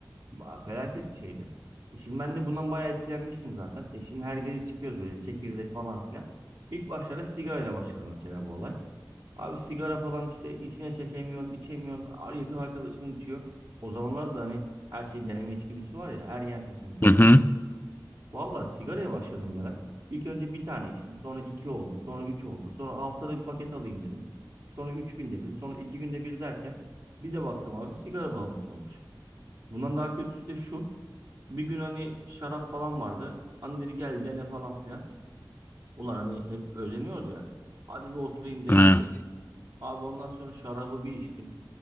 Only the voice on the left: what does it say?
Hı hı.
hı.